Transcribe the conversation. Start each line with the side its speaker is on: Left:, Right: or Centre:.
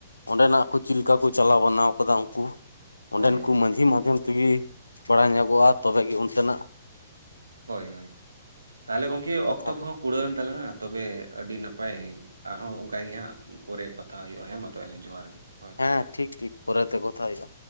Left: ᱚᱸᱰᱮᱱᱟᱜ ᱟᱠᱚ ᱪᱮᱫ ᱞᱮᱠᱟ ᱠᱚ ᱪᱟᱞᱟᱣ ᱵᱟᱱᱟᱣ ᱟᱠᱟᱫᱟ ᱩᱱᱠᱩ
Right: ᱦᱳᱭ
Left: ᱚᱸᱰᱮᱱ
Right: ᱦᱳᱭ
Left: ᱠᱚ ᱢᱟᱡᱷᱤ ᱢᱟᱫᱷᱮᱢ ᱛᱮᱜᱮ ᱵᱟᱲᱟᱭ ᱧᱚᱜᱚᱜ-ᱟ ᱛᱚᱵᱮ ᱜᱮ ᱚᱱᱛᱮᱱᱟᱜ
Right: ᱦᱳᱭ ᱦᱳᱭ ᱛᱟᱦᱚᱞᱮ ᱜᱚᱢᱠᱮ
Left: ᱠᱟᱛᱷᱟ
Right: ᱚᱠᱛᱚ ᱠᱚᱦᱚᱸ
Left: ᱫᱚ
Right: ᱠᱩᱲᱟᱹᱣᱮᱱ ᱛᱟᱞᱟᱝ-ᱟ ᱛᱚᱵᱮ ᱟᱹᱰᱤ ᱱᱟᱯᱟᱭ ᱟᱨᱦᱚᱸ ᱚᱱᱠᱟ ᱜᱮ ᱦᱟᱸᱜ ᱯᱚᱨᱮ ᱠᱟᱛᱷᱟ ᱦᱩᱭᱩᱜ-ᱟ ᱦᱮᱸ ᱢᱟ ᱛᱟᱦᱚᱞᱮ ᱡᱚᱦᱟᱨ ᱜᱮ᱾ ᱦᱳᱭ᱾
Left: ᱦᱮᱸ ᱴᱷᱤᱠ ᱴᱷᱤᱠ ᱯᱚᱨᱮᱛᱮ ᱠᱚᱛᱷᱟ ᱦᱩᱭᱩ ᱟ᱾